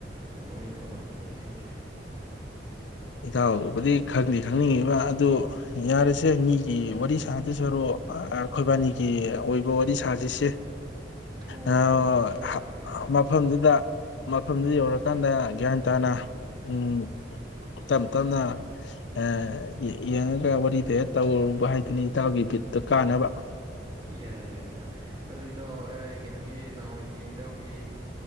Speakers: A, on the right (about 30°); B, on the left (about 80°).
A: ꯋꯥꯔꯤꯗꯣ ꯈꯤꯇꯗꯤ ꯈꯪꯒꯦ
B: ꯏꯇꯥꯎꯕꯨꯗꯤ ꯈꯪꯗꯤ ꯈꯪꯅꯤꯡꯉꯤꯕ ꯑꯗꯨ ꯌꯥꯔꯦꯁꯦ ꯃꯤꯒꯤ ꯋꯥꯔꯤ ꯁꯥꯗꯣꯏ ꯁꯔꯨꯛ ꯑꯈꯣꯏꯕꯥꯅꯤ ꯑꯣꯏꯕ ꯋꯔꯤ ꯁꯥꯖꯤ ꯁꯦ
A: ꯑꯣ
B: ꯑꯑ
A: ꯐꯔꯦ ꯐꯔꯦ ꯐꯔꯦ ꯏꯇꯥꯎ
B: ꯃꯐꯝꯗꯨꯗ ꯃꯐꯝꯗꯨ ꯌꯧꯔꯀꯥꯟꯗ ꯌꯥꯟ ꯇꯥꯅ ꯎꯝ ꯇꯞ ꯇꯞꯅ ꯑ ꯌꯦꯡꯉꯒ ꯋꯥꯔꯤꯗꯣ ꯍꯦꯛ ꯇꯧꯔꯨꯕ ꯍꯥꯏꯗꯨꯅꯤ ꯏꯇꯥꯎ ꯒꯤ ꯕꯤꯠꯇꯣ ꯀꯥꯅꯕ
A: ꯌꯥꯔꯦ ꯌꯥꯔꯦ ꯏꯇꯥꯎ ꯑꯗꯣ ꯏꯇꯥꯎ ꯀꯩꯅꯣꯒꯤ ꯉꯍꯥꯟꯋꯥꯏꯒꯤ ꯏꯇꯥꯎꯒꯤ